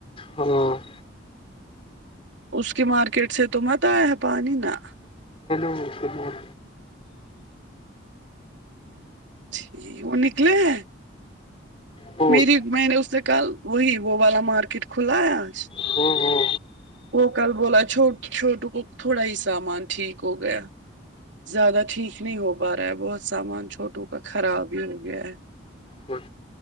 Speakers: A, on the left (about 30°); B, on the right (about 70°).
A: ہاں <inaudible>
B: اس کے مارکیٹ سے تو مت آیا ہے پانی نا
A: بات
B: ٹھیک ہے وہ نکلے ہیں
A: فون
B: میری میں نے اس سے کل وہی وہ والا مارکیٹ کھلا ہے آج
A: ہاں ہاں
B: وہ کل بولا چھوٹ چھوٹو کو تھوڑا ہی سامان ٹھیک ہو گیا زیادہ ٹھیک نہیں ہو پا رہا ہے بہت سامان چھوٹوں کا خراب ہی ہو گیا ہے
A: ہاں